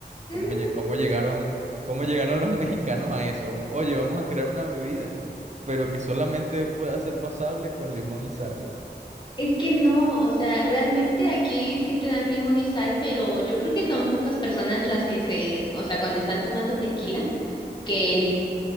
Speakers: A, on the right; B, on the left.
A: ¿Cómo,
B: Mm,
A: lle- cómo llegaron, cómo llegaron los <laughs> mexicanos a eso? Oye, vamos a crear una bebida, pero que solamente pueda ser pasable con limón y sal.
B: Es que no, o sea, realmente aquí sí te dan limón y sal, pero yo creo que son pocas personas las que se, o sea, cuando están tomando tequila, que le